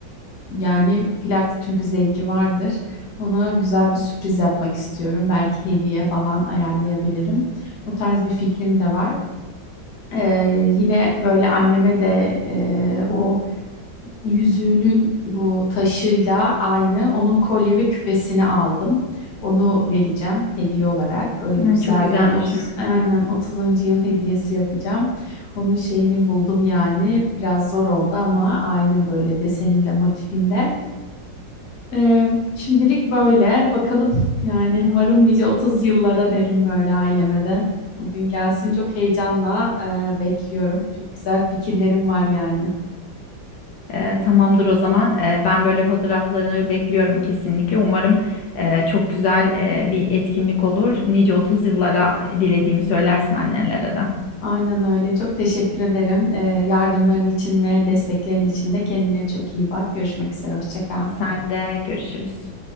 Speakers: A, on the left (about 55°); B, on the left (about 75°).
A: yani plak çünkü zevki vardır. Ona güzel bir sürpriz yapmak istiyorum. Belki hediye falan ayarlayabilirim. O tarz bir fikrim de var. Ee, yine böyle anneme de e, o yüzüğünün bu taşıyla aynı onun kolye ve küpesini aldım. Onu vereceğim hediye olarak. Öyle
B: Ee,
A: güzel
B: çok güzel
A: bir hani
B: düşünmüşsün.
A: 30, aynen 30. yıl hediyesi yapacağım. Onun şeyini buldum yani. Biraz zor oldu ama aynı böyle deseninde, motifinde. Ee, şimdilik böyle. Bakalım yani umarım nice 30 yıllara derim böyle aileme de. O gün gelsin çok heyecanla e, bekliyorum. Çok güzel fikirlerim var yani.
B: Ee, tamamdır o zaman. Ee, ben böyle fotoğrafları bekliyorum kesinlikle. Umarım e, çok güzel e, bir etkinlik olur. Nice 30 yıllara dilediğimi söylersin annenlere de.
A: Aynen öyle. Çok teşekkür ederim. Ee, yardımların için ve desteklerin için de kendine çok iyi bak. Görüşmek üzere. Hoşça kal.
B: Sen de görüşürüz.